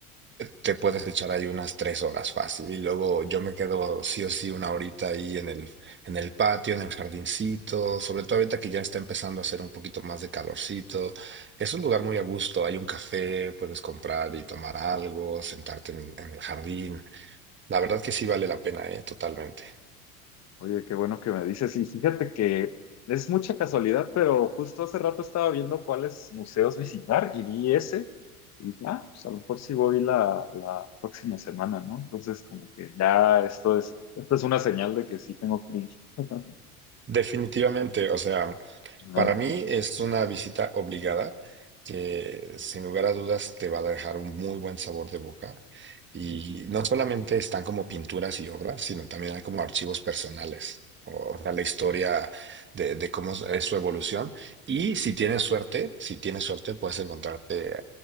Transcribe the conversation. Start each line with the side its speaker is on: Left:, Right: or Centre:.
Right: te puedes echar ahí unas tres horas fácil y luego yo me quedo sí o sí una horita ahí en el, en el patio, en el jardincito, sobre todo ahorita que ya está empezando a hacer un poquito más de calorcito. Es un lugar muy a gusto, hay un café, puedes comprar y tomar algo, sentarte en, en el jardín. La verdad que sí vale la pena, ¿eh? Totalmente.
Left: Oye, qué bueno que me dices. Y fíjate que es mucha casualidad, pero justo hace rato estaba viendo cuáles museos visitar y vi ese. Y dije, ah, pues a lo mejor sí voy la, la próxima semana, ¿no? Entonces, como que ya esto es, esto es una señal de que sí tengo que ir. <laughs>
Right: Definitivamente, o sea.
Left: Ajá.
Right: Para mí es una visita obligada que sin lugar a dudas te va a dejar un muy buen sabor de boca. Y no solamente están como pinturas y obras, sino también hay como archivos personales, o sea, la historia de, de cómo es su evolución. Y si tienes suerte, si tienes suerte, puedes encontrarte,